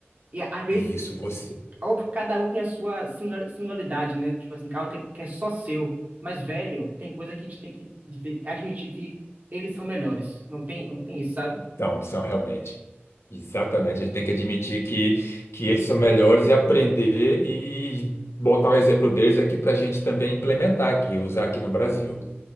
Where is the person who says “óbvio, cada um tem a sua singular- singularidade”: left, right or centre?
Right